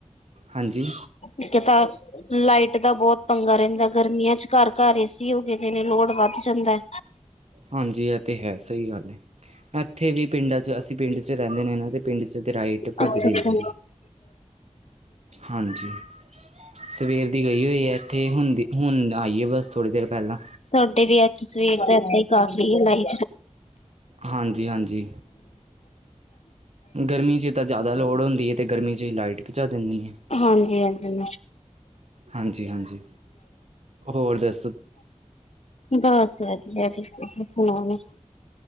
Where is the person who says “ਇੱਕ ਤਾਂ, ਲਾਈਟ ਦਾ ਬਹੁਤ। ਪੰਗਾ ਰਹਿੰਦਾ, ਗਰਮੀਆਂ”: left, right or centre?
Left